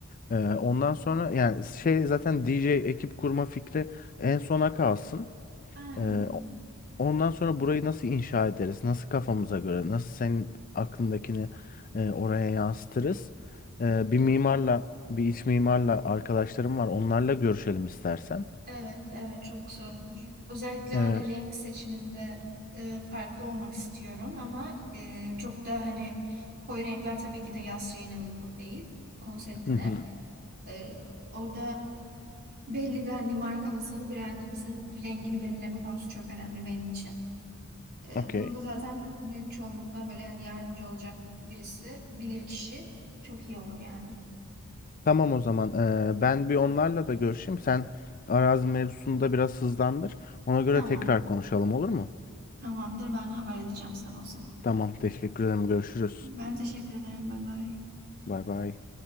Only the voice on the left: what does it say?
Eee, ondan sonra yani şey zaten DJ ekip kurma fikri en sona kalsın.
Ee, o- ondan sonra burayı nasıl inşa ederiz? Nasıl kafamıza göre? Nasıl senin aklındakini e, oraya yansıtırız? Ee, bir mimarla, bir iç mimarla arkadaşlarım var. Onlarla görüşelim istersen.
Ee,
hı hı,
okey.
Tamam o zaman. Ee, ben bir onlarla da görüşeyim. Sen arazi mevzusunda biraz hızlandır. Ona göre
tekrar konuşalım olur mu?
Tamam, teşekkür ederim. Görüşürüz.
Bay bay.